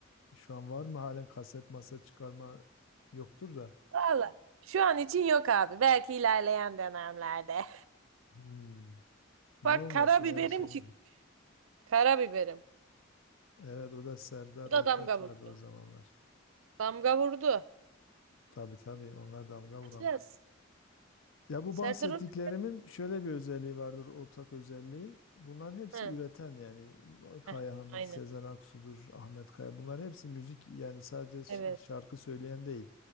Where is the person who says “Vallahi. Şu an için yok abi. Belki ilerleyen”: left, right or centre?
Right